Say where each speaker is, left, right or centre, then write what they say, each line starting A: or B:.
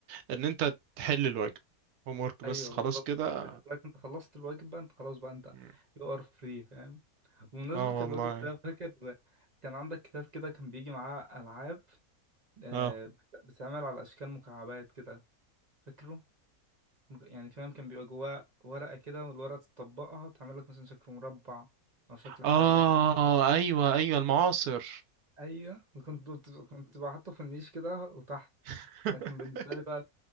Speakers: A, on the right; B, on the right.
A: ان انت تحل الواجب هوم ورك
B: أيوه
A: بس خلاص
B: بالظبط
A: كده
B: كان بالنسبة لك أنت خلصت الواجب بقى أنت خلاص بقى أنت
A: م.
B: you are free فاهم بمناسبة
A: اه والله
B: الواجب ده فاكر كان عندك كتاب كده كان بيجي معاه ألعاب آه،
A: اه
B: بت- بتتعمل على أشكال مكعبات كده فاكره؟ يعني فاهم كان بيبقى جواه ورقة كده والورقة تطبقها تعمل لك مثلا شكل مربع أو شكل حاجة
A: اه
B: فاهم
A: ايوه ايوه المعاصر
B: أيوه وكنت كنت كنت بحطه في النيش كده وتحت
A: <laughs>
B: أنا كان بالنسبة لي بقى